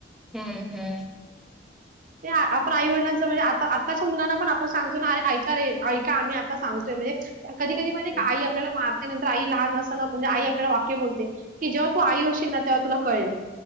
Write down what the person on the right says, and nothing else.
ते आपण आई वडलांचं म्हणजे आ आताच्या मुलांना पण आपण सांगतो ना अे ऐका रे ऐका आम्ही आता सांगतोय म्हणजे कधी
कधी म्हणजे
काही आपल्याला मार त्यानंतर आई लहान अससानं म्हणजे आई आपल्याला वाक्य बोलते की जेव्हा तू आई होशील ना तेव्हा तुला कळेल